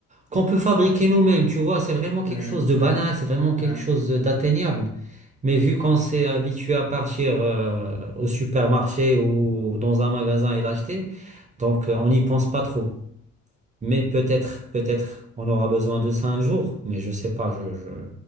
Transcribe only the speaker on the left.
Hmm,
hmm,
hmm.